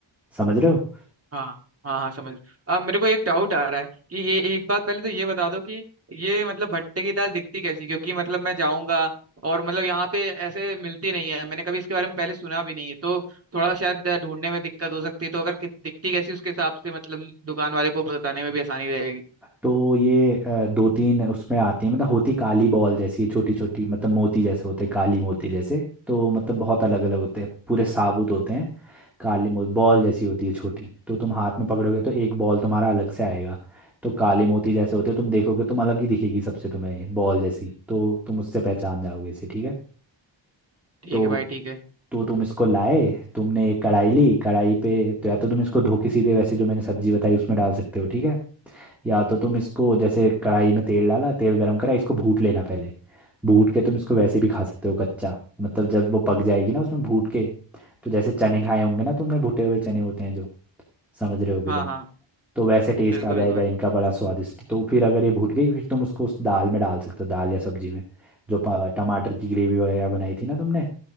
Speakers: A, in the centre; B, on the right.
A: समझ रहे हो
B: हाँ हाँ हाँ समझ रहा हूँ। अब मेरे को एक डाउट आ रहा है कि ये एक बात पहले तो ये बता दो कि ये मतलब भट्टे की दाल दिखती कैसी क्योंकि मतलब मैं जाऊंगा और मतलब यहाँ पे ऐसे मिलती नहीं है मैंने कभी इसके बारे में पहले सुना भी नहीं है तो थोड़ा शायद ढूंढने में दिक्कत हो सकती है तो अगर कि- दिखती कैसी उसके हिसाब से मतलब दुकान वाले को बताने में भी आसानी रहेगी
A: तो ये अ, दो तीन उसमें आती है मतलब होती काली बॉल जैसी छोटी छोटी मतलब मोती जैसे होते हैं, काली मोती जैसे तो मतलब बहुत अलग अलग होते हैं पूरे साबुत होते हैं काली मोती बॉल जैसी होती है छोटी तो तुम हाथ में पकड़ोगे तो एक बॉल तुम्हारा अलग से आएगा तो काली मोती जैसे होते हैं तुम देखोगे तुम अलग ही दिखेगी सबसे तुम्हें ये बॉल जैसी तो तुम उससे पहचान जाओगे इसे ठीक है
B: ठीक
A: तो
B: है भाई ठीक है
A: तो तुम इसको लाए तुमने एक कढ़ाई ली कढ़ाई पे तो या तो तुम इसको धो के सीधे वैसे जो मैंने सब्जी बताई उसमें डाल सकते हो ठीक है या तो तुम इसको जैसे कढ़ाई में तेल डाला तेल गरम करा इसको भूट लेना पहले भूट के तुम इसको वैसे भी खा सकते हो कच्चा मतलब जब वो पक जाएगी ना उसमें भूट के तो जैसे चने खाए होंगे ना तुमने भुटे हुए चने होते हैं जो समझ रहे होगे
B: हाँ
A: तुम
B: हाँ
A: तो वैसे टेस्ट
B: बिल्कुल
A: आ जाएगा
B: बिल्कुल भाई
A: इनका बड़ा स्वादिष्ट तो फिर अगर ये भूट गई फिर तुम उसको उस दाल में डाल सकते हो दाल या सब्जी में जो प- टमाटर की ग्रेवी वगैरह बनाई थी ना तुमने